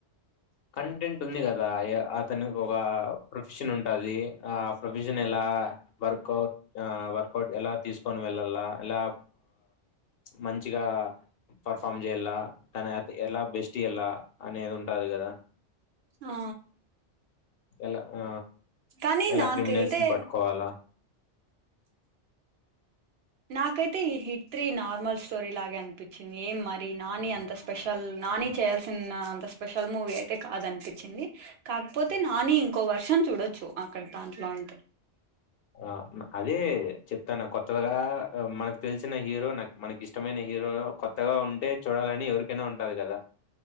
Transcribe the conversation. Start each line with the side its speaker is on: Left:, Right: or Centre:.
Left: కంటెంట్ ఉంది కదా అతనికి ఒక ప్రొఫెషన్ ఉంటాది ఆ ప్రొఫజన్ ఎలా వర్కౌట్ వర్కౌట్ ఎలా తీసుకొని వెళ్ళాల ఎలా మంచిగా పర్ఫామ్ చేయాల తన ఎలా బెస్ట్ ఇయాల అనేది ఉంటాది కదా
Right: ఆ
Left: ఎలా ఆ
Right: కానీ
Left: ఎలా
Right: నాకైతే
Left: క్లిప్ మినల్స్ ని పట్టుకోవాలా
Right: నాకైతే ఈ హిట్ త్రీ నార్మల్ స్టోరీ లాగే అనిపించింది ఏం మరి నాని అంత స్పెషల్ నాని చేయాల్సిన అంత స్పెషల్ మూవీ అయితే కాదనిపించింది కాకపోతే నాని ఇంకో వర్షన్ చూడొచ్చు అక్కడ దాంట్లో అంతే
Left: ఆ అదే చెప్తాన కొత్తగా మనకు తెలిసిన హీరో నాకు మనకి ఇష్టం మైనవి ఈరోజ కొత్తగా ఉంటే చూడాలని ఎవరికి కైనా ఉంటది కదా